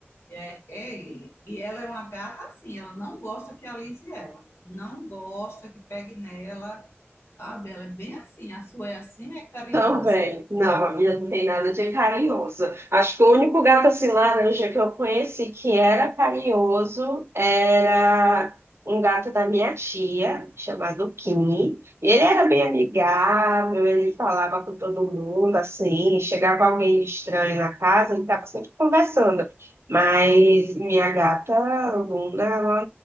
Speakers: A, on the left; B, on the right.
A: É, é ele. E ela é uma gata assim, ela não gosta que alise ela. Não gosta que pegue nela, sabe? Ela é bem assim, a sua é assim, é carinhosa.
B: Também. Não, a minha não tem nada de carinhoso. Acho que o único gato assim laranja que eu conheci que era carinhoso era um gato da minha tia, chamado Kim. Ele era bem amigável, ele falava com todo mundo assim, chegava alguém de estranho na casa, ele estava sempre conversando. Mas minha gata Luna, ela